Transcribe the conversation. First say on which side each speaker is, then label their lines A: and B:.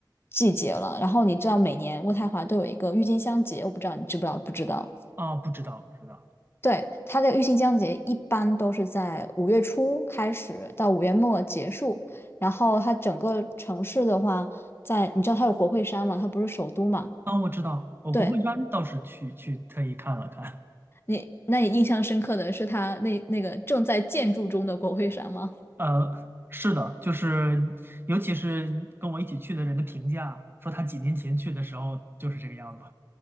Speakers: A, on the left; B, on the right.
A: 季节了。然后你知道，每年渥太华都有一个郁金香节，我不知道你知不知道？不知道。
B: 啊，不知道不知道。
A: 对，它的郁金香节一般都是在五月初开始到五月末结束，然后它整个城市的话，在你知道它有国会山嘛，它不是首都嘛。
B: 啊，我知道，我国会山倒是去去特意看了看，
A: 对，你那你印象深刻的是他那那个正在建筑中的国会山吗？
B: 呃，是的，就是尤其是跟我一起去的人的评价，说他几年前去的时候就是这个样子。